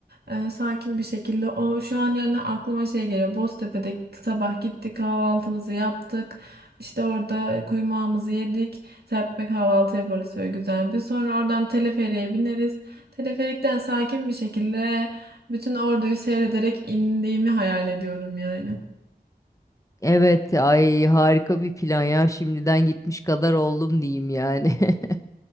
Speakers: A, on the right; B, on the left.
A: e, sakin bir şekilde o şu an yani aklıma şey geliyor Boztepe'de sabah gittik kahvaltımızı yaptık işte orada kuymağımızı yedik serpme kahvaltı yaparız şöyle güzel bir sonra oradan teleferiğe bineriz teleferikten sakin bir şekilde bütün orduyu seyrederek indiğimi hayal ediyorum yani.
B: Evet, ay harika bir plan ya. Şimdiden gitmiş kadar oldum diyeyim yani. <laughs>